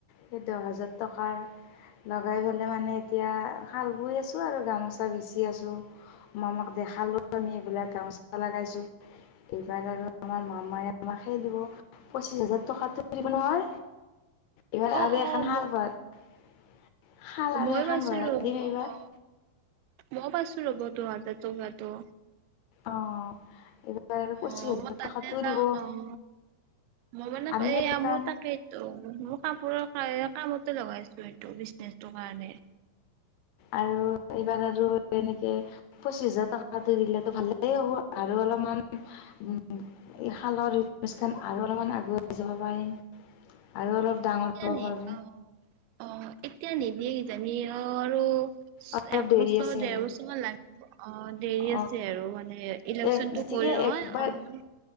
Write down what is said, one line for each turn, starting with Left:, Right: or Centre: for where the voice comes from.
Left: সেই দহ হাজাৰ টকাৰ লগাই পেলাই মানে এতিয়া শাল বৈ আছোঁ আৰু গামোচা বিচি আছোঁ, মামাক দেখালোঁ আনি এইবিলাক গামো <unintelligible> এইবাৰ আৰু আমাৰ মামাই আমাকহে দিব, পঁচিছ হাজাৰ টকাটো দিব নহয়। এইবাৰ
Right: অ
Left: আৰু
Right: অ
Left: এখন শাল
Right: ম
Left: <unintelligible> শাল আৰু
Right: মই
Left: এখন
Right: পাইছো
Left: ভৰাই
Right: ৰ'ব
Left: দিম এইবাৰ
Right: অ মই পাইছোঁ ৰ'ব দহ হাজাৰ টকাটো।
Left: অ' এইবাৰ আৰু পঁচিছ
Right: অ',
Left: হাজাৰ
Right: মই তাতে
Left: টকাটো দিব
Right: অ', মই মানে
Left: আমি
Right: এইয়া
Left: সেইকাৰণ
Right: মোৰ তাকেইতো <unintelligible> কাপোৰৰ এই কামতে লগাই <unintelligible> বিজনেচটোৰ কাৰণে।
Left: আৰু এইবাৰ আৰু এনেকে পঁচিশ হাজাৰ টকাটো দিলেতো ভালেই হ'ব আৰু অলপমান উম, শালৰ <unintelligible> আৰু অলপমান আগুৱাই যাব পাৰিম আৰু অলপ ডাঙৰ
Right: এতিয়ানে
Left: হ'ব পাৰোঁ
Right: অ' অ' এতিয়া নে? কিইজানি অ' আৰু
Left: অলপ
Right: এক
Left: দেৰি
Right: বছৰ
Left: আছে
Right: ডেৰ
Left: আৰু
Right: বছৰ মান লাগ <unintelligible> অ' দেৰি
Left: অ
Right: আছে আৰু মানে ইলেকচনটো
Left: এই ঠিকে
Right: গ'ল নহয়
Left: একবাৰ
Right: অ'।